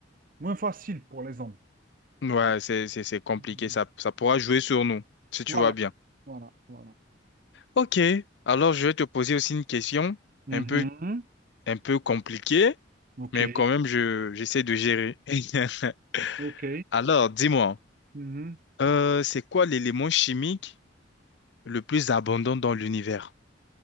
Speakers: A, on the right (about 45°); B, on the left (about 65°).
A: moins facile pour les hommes.
B: Ouais, c'est, c'est, c'est compliqué.
A: Mm.
B: Ça, ça pourra jouer sur nous, si tu
A: Voilà,
B: vois bien.
A: voilà, voilà.
B: Ok. Alors, je vais te poser aussi une question
A: Mhm.
B: un peu, un peu compliquée,
A: Ok,
B: mais quand même, je, j'essaie de gérer. <laughs>
A: ok.
B: Alors, dis-moi.
A: Mhm.
B: Euh, c'est quoi l'élément chimique le plus abondant dans l'univers?